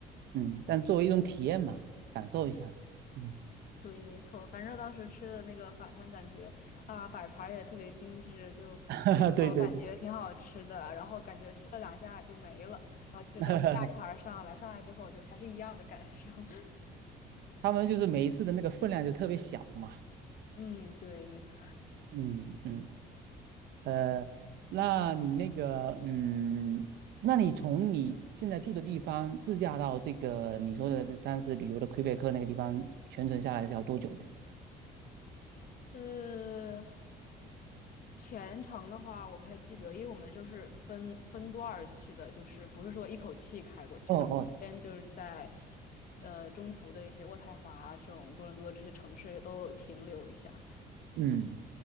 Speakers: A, on the right; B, on the left.
A: 嗯，但作为一种体验嘛，感受一下。嗯，
B: 对，没错。反正当时吃的那个法餐，感觉啊，摆盘儿也特别精致，就
A: <laughs>
B: <laughs> 第一口感觉挺好吃的，
A: 对对对，
B: 然后感觉吃了两下就没了，然后就就等下一盘儿上来，
A: <laughs>
B: 上来之后就还是一样的感受。<laughs>
A: 他们就是每一次的那个分量就特别小嘛。
B: 嗯，对，没错。
A: 嗯嗯，呃，那你那个，嗯，那你从你现在住的地方自驾到这个你说的这当时旅游的魁北克那个地方，全程下来是要多久呢？
B: 呃，全程的话，我不太记得，因为我们就是分分段儿去的，就是不是说一口气开过去，
A: 哦哦，
B: 然后中间就是在呃中途的一些渥太华这种多伦多这些城市都有停留一下。
A: 嗯，